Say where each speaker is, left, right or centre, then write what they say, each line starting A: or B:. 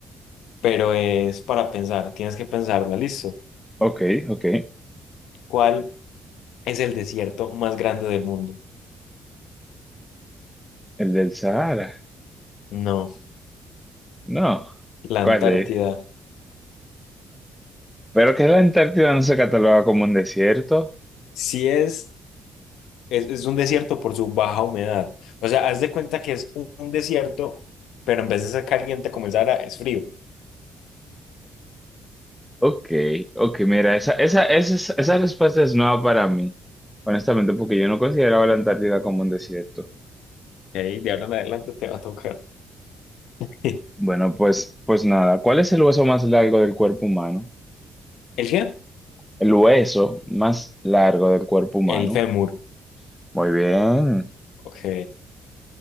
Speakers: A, on the left; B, in the centre.
A: pero es para pensar. Tienes que pensarla. Listo.
B: Ok, ok.
A: ¿Cuál es el desierto más grande del mundo?
B: El del Sahara.
A: No,
B: No,
A: la
B: ¿cuál
A: Antártida.
B: es? Pero que la Antártida no se cataloga como un desierto.
A: Si es Es, es un desierto por su baja humedad. O sea, haz de cuenta que es un, un desierto, pero en vez de ser caliente como es ahora, es frío.
B: Ok, ok, mira, esa, esa, esa, es- esa respuesta es nueva para mí, honestamente, porque yo no consideraba la Antártida como un desierto.
A: Y ahí de ahora en adelante te va a tocar. <laughs> ¿El
B: Bueno, pues, pues nada, ¿cuál es el hueso más largo del cuerpo humano?
A: qué?
B: El hueso más largo del cuerpo humano.
A: El fémur.
B: Muy bien.
A: Ok.